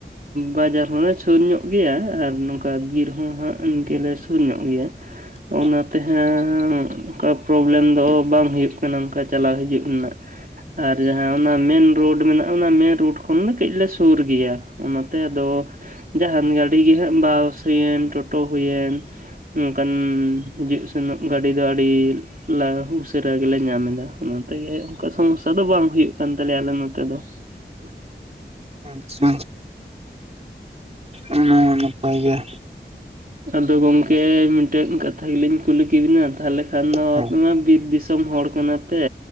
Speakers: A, on the right (about 50°); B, on the right (about 35°).
A: ᱵᱟᱡᱟᱨ ᱦᱚᱸᱞᱮ ᱥᱩᱨ ᱧᱚᱜ ᱜᱮᱭᱟ ᱟᱨ ᱱᱚᱝᱠᱟ ᱵᱤᱨ ᱦᱚᱸ ᱦᱟᱸᱜ ᱤᱱᱠᱟ ᱥᱩᱨ ᱧᱚᱜ ᱜᱮᱭᱟ
B: <unintelligible>
A: ᱚᱱᱟ ᱛᱮ ᱦᱚᱸ ᱚᱱᱠᱟ ᱯᱨᱚᱵᱞᱮᱢ ᱫᱚ ᱵᱟᱝ ᱦᱩᱭᱩᱜ ᱠᱟᱱᱟ ᱚᱱᱠᱟ ᱪᱟᱞᱟᱣ ᱦᱤᱡᱩᱜ ᱨᱮᱱᱟᱜ ᱟᱨ ᱡᱟᱦᱟᱸ ᱚᱱᱟ ᱢᱮᱱ ᱨᱳᱰ ᱢᱮᱱᱟᱜᱼᱟ᱾ ᱚᱱᱟ ᱢᱮᱱ ᱨᱳᱰ ᱠᱷᱚᱱ ᱫᱚ ᱠᱟᱹᱡ ᱞᱮ ᱥᱩᱨ ᱜᱮᱭᱟ ᱚᱱᱟᱛᱮ ᱟᱫᱚ ᱡᱟᱦᱟᱱ ᱜᱟᱹᱰᱤ ᱜᱮ ᱦᱟᱸᱜ ᱵᱟᱥ ᱦᱩᱭᱮᱱ ᱴᱳᱴᱳ ᱦᱩᱭᱮᱱ ᱚᱱᱠᱟᱱ ᱦᱤᱡᱩᱜ ᱥᱮᱱᱚᱜ ᱜᱟᱹᱰᱤ ᱫᱚ ᱟᱹᱰᱤ ᱩᱥᱟᱹᱨᱟ ᱜᱮᱞᱮ ᱧᱟᱢ ᱮᱫᱟ ᱚᱱᱟᱛᱮᱜᱮ ᱚᱱᱠᱟ ᱥᱚᱢᱚᱥᱟ ᱫᱚ ᱵᱟᱝ ᱦᱩᱭᱩᱜ ᱠᱟᱱ ᱛᱟᱞᱮᱭᱟ ᱟᱞᱮ ᱱᱚᱛᱮ ᱫᱚ ᱦᱮᱸ <inaudible>
B: ᱟᱪᱪᱷᱟ ᱚᱱᱟ ᱦᱚᱸ ᱱᱟᱯᱟᱭ ᱜᱮᱭᱟ
A: ᱟᱫᱚ ᱜᱚᱝᱠᱮ ᱢᱤᱫᱴᱟᱝ ᱠᱟᱛᱷᱟ ᱜᱮᱞᱤᱧ ᱠᱩᱞᱤ ᱠᱮᱵᱤᱱᱟ ᱛᱟᱦᱚᱞᱮ ᱠᱷᱟᱱ ᱫᱚ
B: ᱦᱮᱸ
A: ᱟᱯᱮ ᱢᱟ ᱵᱤᱨ ᱫᱤᱥᱚᱢ ᱫᱤᱥᱚᱢ ᱦᱚᱲ ᱠᱟᱱᱟᱯᱮ